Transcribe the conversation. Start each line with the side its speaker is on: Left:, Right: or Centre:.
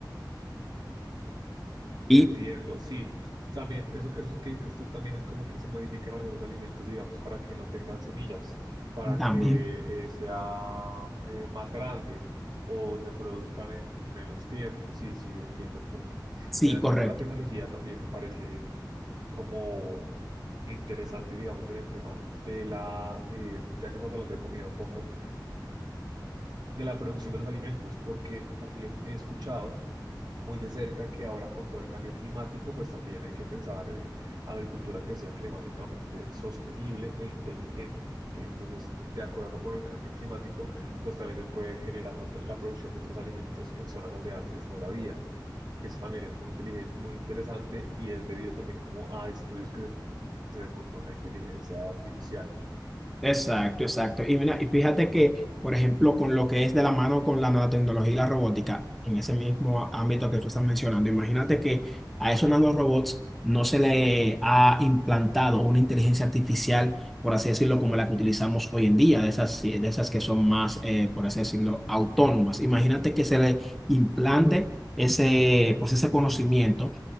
Right: entiendo,
Centre: Y
Right: sí. También eso, que- eso que dices tú también es como que se modifican algunos alimentos, digamos, para que no tengan semillas, para
Centre: también,
Right: que eh, sea eh, más grande o se produzcan en menos tiempo. Sí, sí, entiendo el punto.
Centre: sí,
Right: Pero el
Centre: correcto.
Right: tema de la tecnología también me parece como interesante, digamos, en el tema de la, eh, ya que estamos hablando de comida un poco, de la producción de los alimentos, porque también he escuchado muy de cerca que ahora con todo el cambio climático, pues también hay que pensar en agricultura que sea climáticamente sostenible e inteligente. Entonces, de acuerdo con el cambio climático, pues también se puede generar otra- la producción de otros alimentos en zonas donde antes no la había. que Eso también es muy inteligente, muy interesante y es debido también como a estudios que se pueden hacer con la inteligencia artificial.
Centre: Exacto, exacto. Y mira, y fíjate que, por ejemplo, con lo que es de la mano con la nanotecnología y la robótica, en ese mismo á- ámbito que tú estás mencionando, imagínate que a esos nanorobots no se le ha implantado una inteligencia artificial, por así decirlo, como la que utilizamos hoy en día, de esas, sí, de esas que son más, eh, por así decirlo, autónomas. Imagínate que se le implante ese, pues ese conocimiento